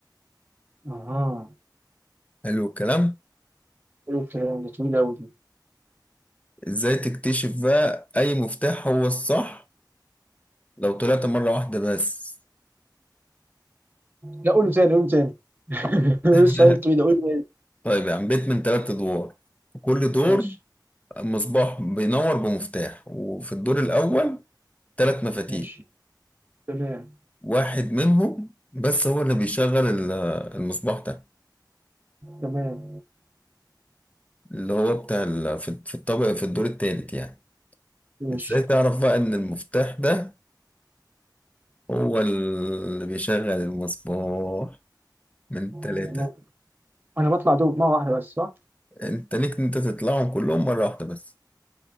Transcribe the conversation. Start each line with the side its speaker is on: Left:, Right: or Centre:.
Right: اها
Left: حلو الكلام
Right: حلو الكلام ده طويل أوي دي
Left: ازاي تكتشف بقى اي مفتاح هو الصح لو طلعت مره واحده بس
Right: لا قول تاني قول تاني <laughs> لسه
Left: <laughs>
Right: قايل طويل قول تاني
Left: طيب يعني بيت من ثلاث ادوار في كل دور
Right: ماشي
Left: مصباح بينور بمفتاح وفي الدور الاول ثلاث مفاتيح
Right: ماشي تمام
Left: واحد منهم بس هو اللي بيشغل ال- المصباح ده
Right: تمام
Left: اللي هو بتاع ال- في في الطابق في الدور الثالث يعني
Right: ماشي
Left: ازاي تعرف بقى ان المفتاح ده هو اللي بيشغل المصباح من
Right: تمام.
Left: ثلاثة
Right: أنا بطلع دور مرة واحدة بس صح؟
Left: انت ليك ان انت تطلعهم كلهم مرة واحدة بس